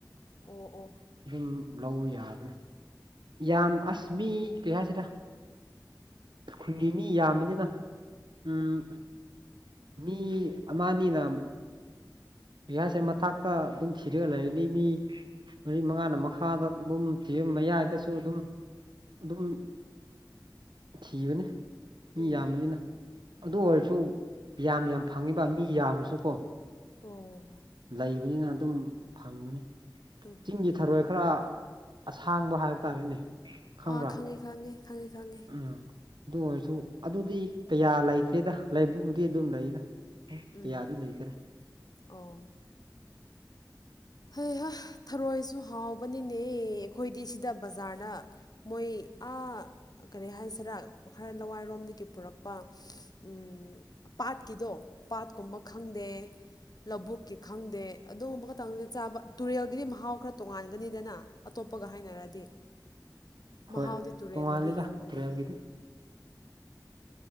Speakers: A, on the left; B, on the right.
A: ꯑꯣ ꯑꯣ
B: ꯑꯗꯨꯝ ꯂꯧꯕ ꯌꯥꯕꯅꯦ ꯌꯥꯝ ꯑꯁ ꯃꯤ ꯀꯩꯍꯥꯏꯁꯤꯔ ꯈꯨꯟꯒꯤ ꯃꯤ ꯌꯥꯝꯕꯅꯤꯅ ꯎꯝ ꯃꯤ ꯑꯃꯅꯤꯅ ꯀꯩ ꯍꯥꯏꯁꯤꯔ ꯃꯊꯛꯇ ꯑꯗꯨꯝ ꯊꯤꯔꯒ ꯂꯩꯔꯅꯤ ꯃꯤ ꯃꯔꯤ ꯃꯉꯥꯅ ꯃꯈꯥꯗ ꯑꯗꯨꯝ ꯊꯤꯕ ꯃꯌꯥꯏꯗꯁꯨ ꯑꯗꯨꯝ ꯑꯗꯨꯝ ꯊꯤꯕꯅꯦ ꯃꯤ
A: ꯎꯝ
B: ꯌꯥꯝꯕꯅꯤꯅ ꯑꯗꯨ ꯑꯣꯏꯔꯁꯨ ꯌꯥꯝ ꯌꯥꯝ ꯐꯪꯉꯦꯕ ꯃꯤ ꯌꯥꯝꯃꯁꯨꯀꯣ
A: ꯑꯣ
B: ꯂꯩꯕꯅꯤꯅ ꯑꯗꯨꯝ ꯐꯪꯕꯅꯦ
A: ꯎꯝ
B: ꯆꯤꯡꯒꯤ ꯊꯔꯣꯏ ꯈꯔ ꯑꯁꯥꯡꯕ ꯍꯥꯏꯕ ꯇꯥꯔꯦꯅꯦ ꯈꯪꯕ꯭ꯔꯥ
A: ꯑꯥ ꯈꯪꯉꯦ ꯈꯪꯉꯦ ꯈꯪꯉꯦ ꯈꯪꯉꯦ
B: ꯎꯝ ꯑꯗꯨ ꯑꯣꯏꯔꯁꯨ ꯑꯗꯨꯗꯤ ꯀꯌꯥ ꯂꯩꯇ꯭ꯔꯦꯗ ꯂꯩꯕꯕꯨꯗꯤ ꯑꯗꯨꯝ ꯂꯩꯗ
A: ꯎꯝ
B: ꯀꯌꯥꯗꯤ ꯂꯩꯇ꯭ꯔꯦ
A: ꯑꯣ ꯍꯩ ꯍꯥ ꯊꯔꯣꯏꯁꯨ ꯍꯥꯎꯕꯅꯤꯅꯦ ꯑꯩꯈꯣꯏꯗꯤ ꯁꯤꯗ ꯕꯖꯥꯔꯗ ꯃꯣꯏ ꯑꯥ ꯀꯔꯤ ꯍꯥꯏꯁꯤꯔ ꯈꯔ ꯂꯋꯥꯏꯔꯣꯝꯗꯒꯤ ꯄꯨꯔꯛꯄ ꯎꯝ ꯄꯥꯠꯀꯤꯗꯣ ꯄꯥꯠꯀꯨꯝꯕ ꯈꯪꯗꯦ ꯂꯧꯕꯨꯛꯀꯤ ꯈꯪꯗꯦ ꯑꯗꯨꯒꯨꯝꯕ ꯈꯇꯪ ꯆꯥꯕ ꯇꯨꯔꯦꯜꯒꯤꯗꯤ ꯃꯍꯥꯎ ꯈꯔ ꯇꯣꯡꯉꯥꯟꯒꯅꯤꯗꯅ ꯑꯇꯣꯞꯄꯒ ꯍꯥꯏꯅꯔꯗꯤ ꯃꯍꯥꯎꯗꯤ
B: ꯍꯣꯏ
A: ꯇꯨꯔꯦꯜꯅꯗꯤ
B: ꯇꯣꯡꯉꯥꯜꯂꯤꯗ
A: ꯍꯦꯟꯒꯅꯤ
B: ꯇꯨꯔꯦꯜꯒꯤꯗꯤ